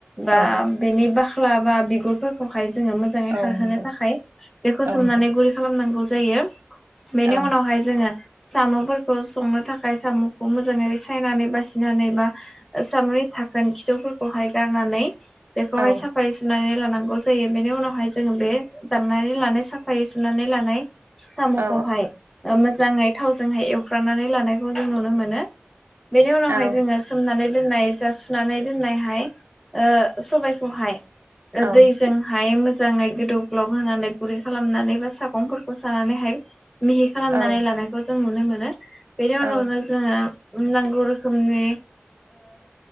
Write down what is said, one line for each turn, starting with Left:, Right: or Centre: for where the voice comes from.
Centre: बा
Right: औ
Centre: बेनि बाख्ला बा बिगुरफोरखौहाय जोङो मोजां मोजाङै
Right: औ
Centre: खारहोनो
Right: नंगौ
Centre: थाखाय बेखौ
Right: औ
Centre: सोमनानै
Right: नोंथां
Centre: गुरै खालामनांगौ जायो। बेनि
Right: औ
Centre: उनावहाय जोङो साम'। संनो थाखाय साम'खौ मोजाङै सायनानै बासिनानै बा साम'नि थाखोन खिथौफोरखौहाय गारनानै बेखौहाय
Right: औ
Centre: साफ साफायै सुनानै लानांगौ जायो बेनि उनावहाय जोङो बे दाननानै लानाय साफायै सुनानै लानाय। साम'खौहाय
Right: औ
Centre: मोजाङै थावजोंहाय एवफ्रनानै लानायखौ जों नुनो मोनो। बेनि उनावहाय
Right: औ
Centre: जोङो सोमनानै दोननाय जा सुनानै दोननायहाय सबायाइखौहाय।
Right: औ
Centre: दैजोंहाय मोजाङै गोदौ ग्लब होनानै गुरै खालामनानै बा सागं सानानैहाय मिहि खालामनानै
Right: औ
Centre: लानायखौ जों नुनो मोनो बेनि उनावनो
Right: औ
Centre: जोङो नांगौ रोखोमनि